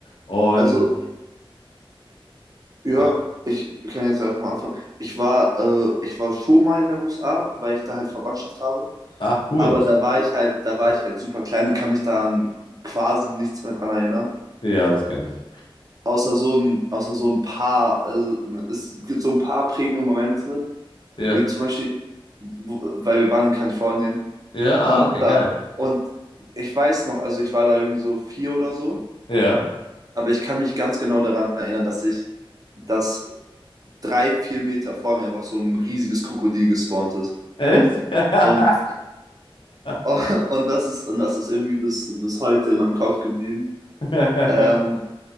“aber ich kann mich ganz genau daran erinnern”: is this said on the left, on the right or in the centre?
Right